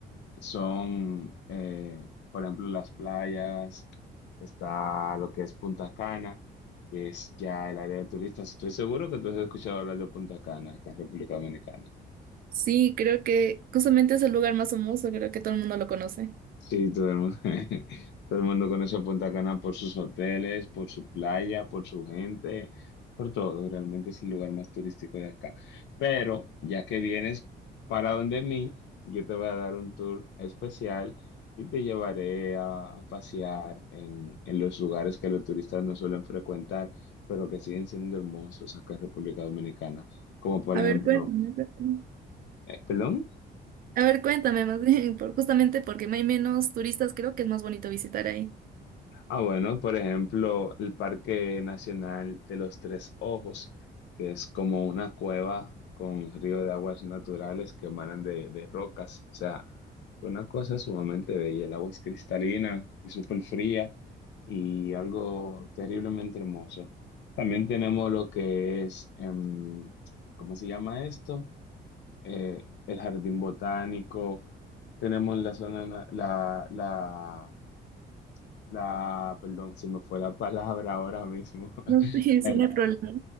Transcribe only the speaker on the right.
Sí, creo que justamente es el lugar más famoso, creo que todo el mundo lo conoce.
A ver, cuéntame. cuéntame.
A ver, cuéntame más bien, por- justamente porque hay menos turistas, creo que es más bonito visitar ahí.
No, <laughs> sí,
sí,
no hay problema.